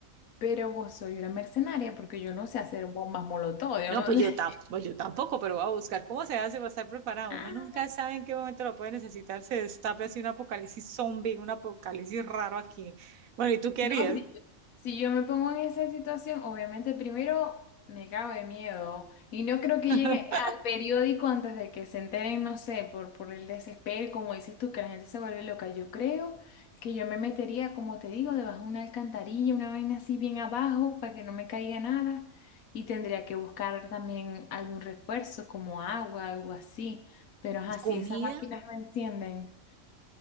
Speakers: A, on the left (about 85°); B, on the right (about 80°).
A: Pero vos soy una mercenaria porque yo no sé hacer bombas molotov, yo
B: No,
A: no
B: pues yo,
A: sé.
B: tam- pues yo tampoco, pero voy a buscar cómo se hace para estar preparado.
A: Ah,
B: Uno nunca sabe en qué momento lo puede necesitar. Se destape así un apocalipsis zombie, un apocalipsis raro aquí. Bueno, ¿y tú qué
A: No,
B: harías?
A: si yo, si yo me pongo en esa situación, obviamente primero me cago de miedo y no creo que
B: <laughs>
A: llegue al periódico antes de que se enteren, no sé, por, por el desespero, como dices tú, que la gente se vuelve loca. Yo creo que yo me metería, como te digo, debajo de una alcantarilla, una vaina así bien abajo para que no me caiga nada y tendría que buscar también algún refuerzo como agua, algo así. Pero así
B: ¿Y comida?
A: esas máquinas me encienden.